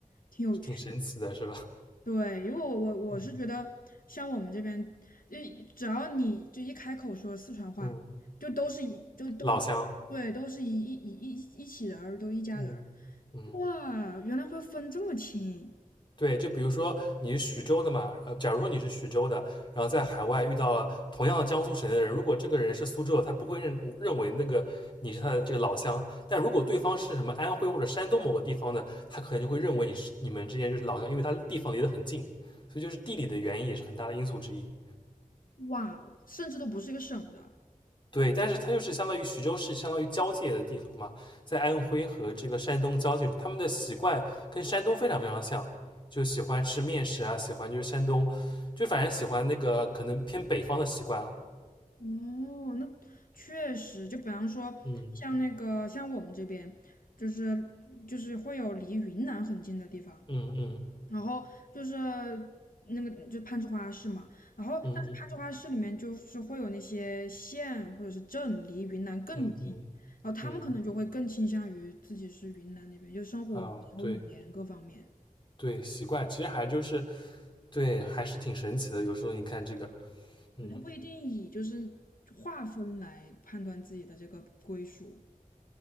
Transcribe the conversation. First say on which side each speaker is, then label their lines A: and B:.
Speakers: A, on the left; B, on the left.
A: 挺有趣。
B: 挺神奇的，是吧？
A: 对，因为我我我是觉得，
B: 嗯
A: 像我们这边，就一只要你就一开口说四川话，
B: 嗯，
A: 就都是一都都，
B: 老乡，
A: 对，都是一一一一一起人儿，都一家人儿。
B: 嗯嗯。
A: 哇，原来会分这么清，
B: 对，就比如说你是徐州的嘛，呃，假如说你是徐州的，然后在海外遇到了同样的江苏省的人，如果这个人是苏州的，他不会认认为那个你是他的这个老乡，但如果对方是什么安徽或者山东某个地方的，他可能就会认为你是你们之间就是老乡，因为他地方离得很近，所以就是地理的原因也是很大的因素之一。
A: 哇哦甚至都不是一个省的。
B: 对，但是它就是相当于徐州市，相当于交界的地方嘛，在安徽和这个山东交界处，他们的习惯跟山东非常非常像，就喜欢吃面食啊，喜欢就是山东，就反正喜欢那个可能偏北方的习惯了。
A: 哦，那确实，就比方说，
B: 嗯
A: 像那个像我们这边，就是就是会有离云南很近的地方，
B: 嗯嗯
A: 然后就是那个就攀枝花市嘛，然后但是攀枝花市里面就是会有那些县或者是镇离云南更近，
B: 嗯嗯嗯嗯
A: 然后他们可能就会更倾向于自己是云南那边，
B: 嗯
A: 就生活然后语言各方面，
B: 啊，对对，习惯其实还就是对，还是挺神奇的。有时候你看这个，嗯。
A: 对，他不一定以就是划分来判断自己的这个归属，